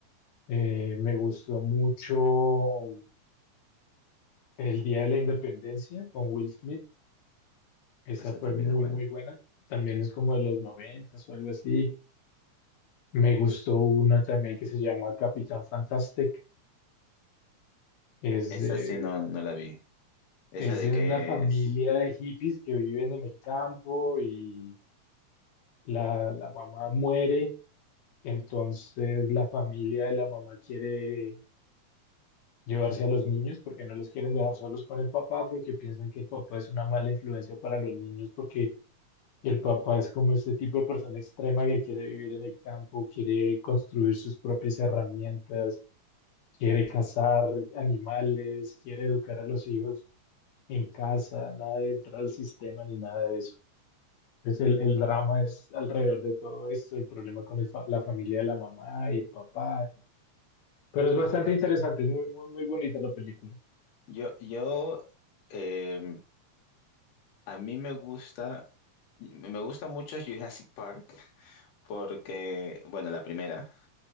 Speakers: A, on the left; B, on the left.
A: Eh, me gustó mucho El Día de la Independencia con Will Smith. Esa
B: Esa
A: fue
B: también
A: muy,
B: es buena.
A: muy buena. También es como de los noventas o algo así. Me gustó una también que se llama Capitán Fantastic. Es
B: Esa
A: de
B: sí no, no la vi. Esa
A: Es
B: de
A: de
B: que
A: una familia
B: es.
A: de hippies que viven en el campo y la, la mamá muere, entonces la familia de la mamá quiere llevarse a los niños porque no los quieren dejar solos con el papá porque piensan que el papá es una mala influencia para los niños porque el papá es como este tipo de persona extrema que quiere vivir en el campo, quiere construir sus propias herramientas, quiere cazar animales, quiere educar a los hijos en casa, nada de entrar al sistema ni nada de eso. Entonces el, el drama es alrededor de todo esto, el problema con el fa- la familia de la mamá y el papá. Pero es bastante interesante, es muy, muy, muy bonita la película.
B: Yo, yo, em, a mí me gusta, me gusta mucho Jurassic Park porque, bueno, la primera,